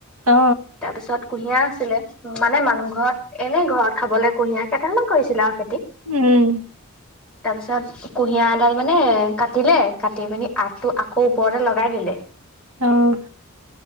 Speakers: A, on the right (about 85°); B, in the centre.
A: অ
B: তাৰপিছত কুঁহিয়া আছিলে মানে মানুহ ঘৰত এনেই ঘৰত খাবলে কুঁহিয়া কেইটামান কৰিছিলে আও খেতি।
A: উম।
B: তাৰপিছত কুঁহিয়াৰ এডাল মানে কাটিলে কাটি পিনি আটো আকৌ ওপৰতে লগাই দিলে।
A: আহ।